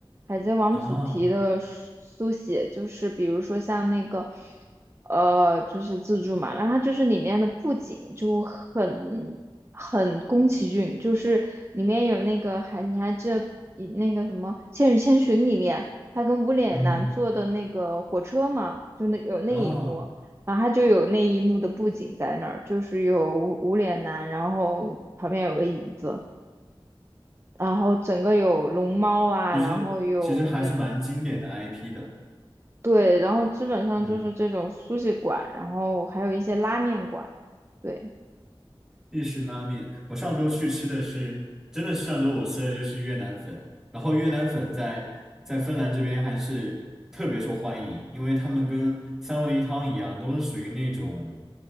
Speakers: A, on the right; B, in the centre.
A: 《海贼王》主题的书书写，
B: 啊，
A: 就是比如说像那个，呃，就是自助嘛，然后它就是里面的布景就很很宫崎骏，就是里面有那个还你还记得以那个什么《千与千寻》里面他跟无脸男坐的那个火车嘛，
B: 嗯，
A: 就那有那一幕，
B: 啊，
A: 然后他就有那一幕的布景在那儿，就是有无无脸男，然后旁边有个椅子。然后整个有龙猫啊，
B: 其实其实还是蛮经典的
A: 然后有那个，
B: IP 的。
A: 对，然后基本上就是这种苏式馆，
B: 嗯。
A: 然后还有一些拉面馆，对。
B: 日式拉面，我上周去吃的是，真的是上周我吃的就是越南粉，然后越南粉在在芬兰这边还是特别受欢迎，因为他们跟三文鱼汤一样，都是属于那种